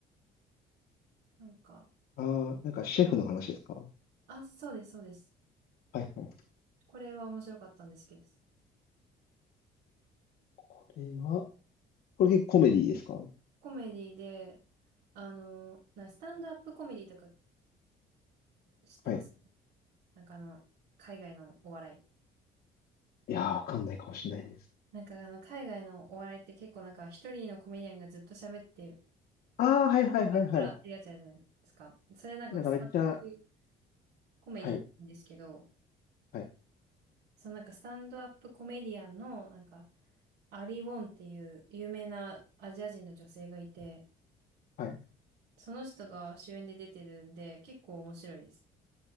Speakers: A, on the right; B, on the left.
A: なんか、
B: う。ああ、なんかシェフの話ですか
A: あ、そうです、そうです。
B: はいはい。
A: これは面白かったんですけどです。
B: これは、これ結構コメディですか
A: コメディで、あの、な、スタンドアップコメディとか知ってます
B: はい。
A: なんかあの、海外のお笑い。
B: いやー、わかんないかもしれないです。
A: なんかあの、海外のお笑いって結構なんか一人のコメディアンがずっと喋って、
B: ああ、はいはいはいはい。
A: 笑ってるやつあるじゃないですか。それなんかスタンドアップ
B: なんかめっちゃ、
A: コメディって言うんですけど、
B: はい、はい、
A: そのなんかスタンドアップコメディアンのなんかアリ・ウォンっていう有名なアジア人の女性がいて、
B: はい。
A: その人が主演で出てるんで結構面白いです。